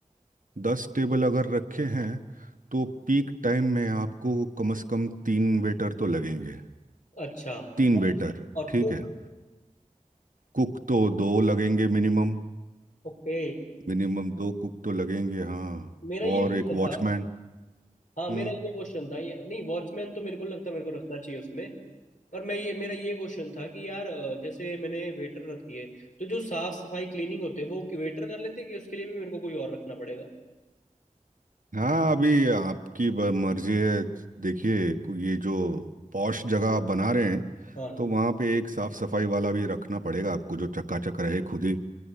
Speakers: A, on the right; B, on the left.
A: दस टेबल अगर रखे हैं तो पीक टाइम में आपको कम से कम तीन वेटर तो लगेंगे
B: अच्छा
A: तीन वेटर
B: और
A: ठीक
B: कुक
A: है कुक तो दो लगेंगे मिनिमम
B: ओके
A: मिनिमम दो कुक तो लगेंगे हाँ
B: मेरा ये
A: और
B: क्वेश्चन
A: एक
B: था
A: वॉचमैन
B: हाँ मेरा
A: हम्म
B: ये क्वेश्चन था ये नहीं वॉचमैन तो मेरे को नहीं लगता मेरे को रखना चाहिए उसमें पर मैं ये मेरा ये क्वेश्चन था कि यार अ, जैसे मैंने वेटर रख दिए तो जो साफ सफाई क्लीनिंग होते हैं वो वेटर कर लेते हैं कि उसके लिए भी मेरे को कोई और रखना पड़ेगा
A: हाँ अभी आपकी ब- मर्जी है देखिए को- ये जो पॉश जगह आप बना रहे हैं
B: हाँ हाँ
A: तो वहाँ पे एक साफ सफाई वाला भी रखना पड़ेगा आपको जो चकाचक रहे खुद ही